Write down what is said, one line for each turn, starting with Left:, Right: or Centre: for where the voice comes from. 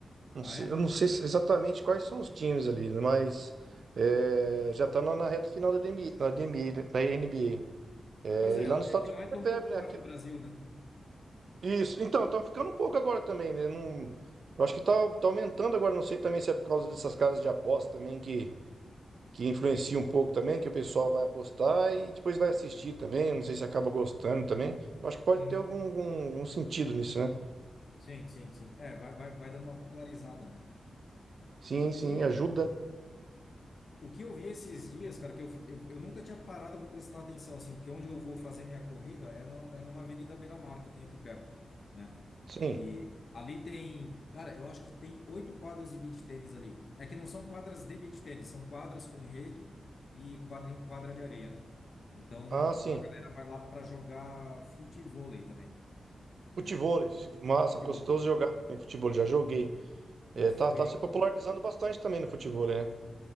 Right: Não
Left: Ah,
Right: sei,
Left: é?
Right: eu não sei se- exatamente quais são os times ali, né, mas é, já tá na, na reta final da DNB da NBA, né, da NBA. É,
Left: Pois é,
Right: e lá nos Estados
Left: é que não
Right: Unidos
Left: é tão
Right: é febre,
Left: popular
Right: né? aquilo-
Left: no Brasil, né?
Right: isso, então, tá ficando um pouco agora também, né? Não, eu acho que tá, tá aumentando agora, não sei também se é por causa dessas casas de aposta também que que influencia um pouco também, que o pessoal vai apostar e depois vai assistir também. Não sei se acaba gostando também. Eu acho que pode
Left: Uhum.
Right: ter algum, algum- algum sentido nisso, né?
Left: Sim, sim, sim. É, vai, vai, vai dando uma popularizada, né?
Right: Sim,
Left: O que,
Right: sim, ajuda.
Left: O que eu vi esses dias, cara, que eu, fiquei- eu, eu nunca tinha parado para prestar atenção, assim, porque onde eu vou fazer minha corrida é, no, é numa avenida beira-mar que tem aqui perto, né?
Right: Sim.
Left: E ali tem, cara, eu acho que tem oito quadras de beach tênis ali. É que não são quadras de beach tênis, são quadras com rede e quadra, quadra de areia, né? Então
Right: Ah, sim.
Left: a galera vai lá para jogar futevôlei também,
Right: Futebol,
Left: né?
Right: massa,
Left: Futevôlei.
Right: gostoso jogar também futebol, já joguei.
Left: E
Right: É,
Left: eu fui,
Right: tá, tá se popularizando bastante também no futebol, né?